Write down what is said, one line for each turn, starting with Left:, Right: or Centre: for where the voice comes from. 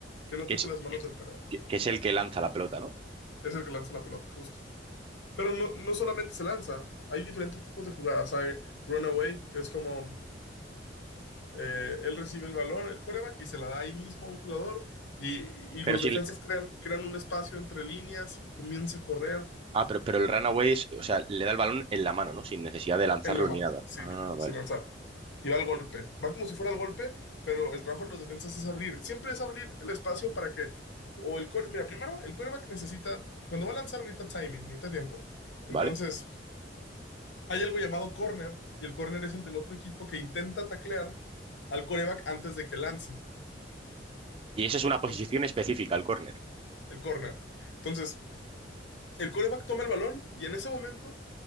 Left: que no
Right: Que
Left: toque
Right: es,
Left: las manos del coreback.
Right: que, que es el que lanza la pelota, ¿no?
Left: Es el que lanza la pelota, justo. Pero no, no solamente se lanza, hay diferentes tipos de jugadas. Hay runaway, que es como eh, él recibe el balón, el coreback, y se la da ahí mismo a un jugador. Y, y
Right: Pero
Left: los
Right: si...
Left: defensas
Right: el-
Left: crean, crean un espacio entre líneas y comienza a correr
Right: Ah, pero, pero el runaway es, o sea, le da el balón en la mano, ¿no? Sin necesidad de lanzarlo
Left: en la mano,
Right: ni nada.
Left: sí,
Right: Ah,
Left: sin
Right: vale.
Left: lanzar. y va al golpe. Va como si fuera al golpe, pero el trabajo de los defensas es abrir. Siempre es abrir el espacio para que. O el core. Mira, primero, el coreback necesita. Cuando va a lanzar, necesita timing, necesita tiempo. Entonces,
Right: Vale,
Left: hay algo llamado corner, y el corner es el del otro equipo que intenta taclear al coreback antes de que lance.
Right: Y eso es una posición
Left: an-
Right: específica, el córner,
Left: El corner. Entonces, el coreback toma el balón, y en ese momento